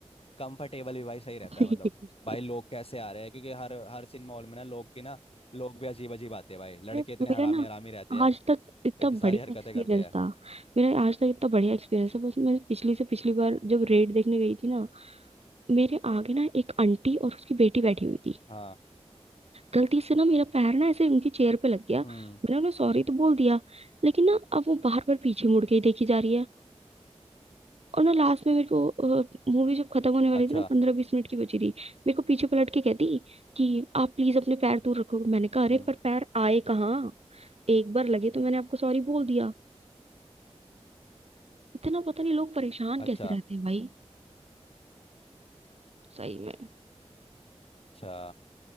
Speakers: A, on the left (about 60°); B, on the right (about 65°).
A: कंफर्टेबल भी भाई सही रहता
B: <laughs>
A: है मतलब भाई लोग कैसे आ रहे हैं क्योंकि हर हर सिनेमा हॉल में ना लोग की ना लोग भी अजीब अजीब आते हैं भाई लड़के
B: अरे
A: इतने
B: मेरा
A: हरामी
B: ना
A: हरामी रहते हैं
B: आज तक इतना
A: इतनी सारी
B: बढ़िया
A: हरकतें
B: एक्सपीरियंस
A: करते हैं
B: था मेरा आज तक इतना बढ़िया एक्सपीरियंस है बस मैं पिछली से पिछली बार जब रेड देखने गई थी ना मेरे आगे ना एक आंटी और उसकी बेटी बैठी हुई थी
A: हाँ
B: गलती से ना मेरा पैर ना ऐसे उनकी चेयर पे लग गया मैंने
A: हम्म
B: उन्हें सॉरी तो बोल दिया लेकिन ना अब वो बार बार पीछे मुड़ के ही देखी जा रही है और ना लास्ट में मेरे को मूवी जब खत्म होने वाली
A: अच्छा
B: थी ना पंद्रह बीस मिनट की बची थी मेरे को पीछे पलट के कहती कि आप प्लीज अपने पैर दूर रखो मैंने कहा अरे
A: हम्म
B: पर पैर आए कहाँ एक बार लगे तो मैंने आपको सॉरी बोल दिया इतना पता नहीं लोग परेशान
A: अच्छा
B: कैसे रहते हैं भाई सही में
A: अच्छा